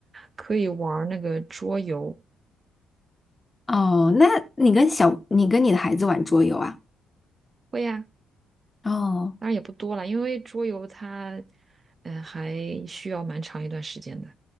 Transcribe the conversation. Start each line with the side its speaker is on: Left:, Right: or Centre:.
Right: 可以玩儿那个桌游，
Left: 哦，那你跟小，你跟你的孩子玩桌游啊？
Right: 会呀、
Left: 哦，
Right: 当然也不多了，因为桌游它，嗯、还需要蛮长一段时间的。